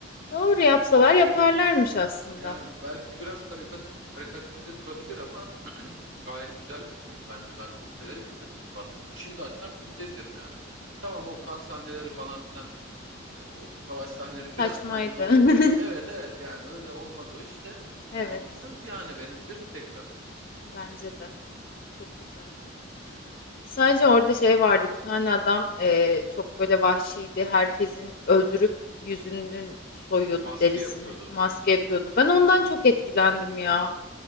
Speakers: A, on the left (about 50°); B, on the right (about 75°).
A: Doğru yapsalar yaparlarmış aslında.
B: Yani belki biraz karikatür, karikatürize durabilir ama <clears throat> gayet güzel bir diziydi bence. Ben çok severek izledim Spartaküs'ü. Şimdi açsam şimdi de izlerim yani. Tamam o kan sahneleri falan filan e, o savaş sahneleri
A: Saçmaydı.
B: biraz hani böyle
A: <laughs>
B: evet evet yani öyle olmaz o işte.
A: Evet,
B: Ama güzeldi yani ben izlerim tekrar.
A: bence de. Çok güzeldi. Sadece orada şey vardı. Bir tane adam eee, çok böyle vahşiydi. Herkesin öldürüp yüzünün soyuyordu
B: Maske
A: derisini.
B: yapıyordu.
A: Maske yapıyordu. Ben ondan çok etkilendim ya.